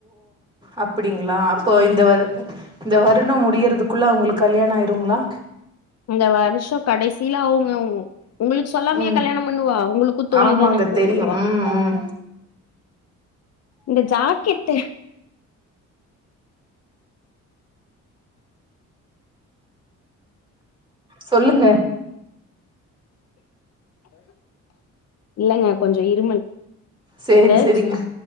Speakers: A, on the right; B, on the left.
A: அப்டிங்ளா அப்போ இந்த வருட இந்த வருட முடியறதுக்குள்ள அவ்ங்களுக்கு கல்யாண ஆயிருங்ளா
B: இந்த வருஷ கடைசில ஆவுங்க அவ்ங்க உங்களுக்கு சொல்லாமையா
A: ம்
B: கல்யாண பண்ணுவா உங்களுக்கு தோழி
A: ஆமாங்க
B: தானே கூப்புடுவா
A: தெரியு ம் ம்
B: இந்த ஜாக்கெட்டு
A: சொல்லுங்க
B: இல்லங்க கொஞ்ச இருமல்
A: சேரி
B: அந்த
A: சேரிங்க
B: ஜ-